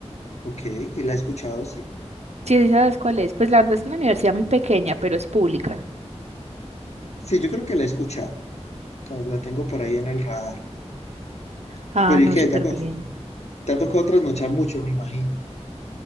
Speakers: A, on the left; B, on the right.
A: Ok, y la he escuchado, sí.
B: Sí, sí sabes cuál es. Pues la verdad es una universidad muy pequeña, pero es pública.
A: Sí, yo creo que la he escuchado, pues la tengo por ahí en el radar.
B: Ah,
A: Pero
B: no,
A: ¿y qué?
B: súper
A: Te ha, co-
B: bien.
A: te ha tocado trasnochar mucho, me imagino.